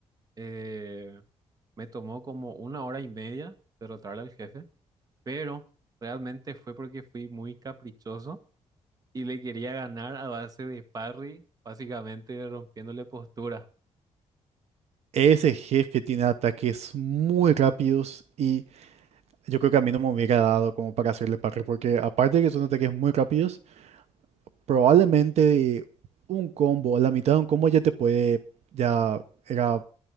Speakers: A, on the right (about 35°); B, on the right (about 70°).
A: eh, me tomó como una hora y media derrotarle al jefe, pero realmente fue porque fui muy caprichoso y le quería ganar a base de parry, básicamente rompiéndole postura.
B: Ese jefe tiene ataques muy rápidos y Yo creo que a mí no me hubiera dado como para hacerle parry, porque aparte de que son ataques muy rápidos, probablemente un combo, la mitad de un combo ya te puede, ya era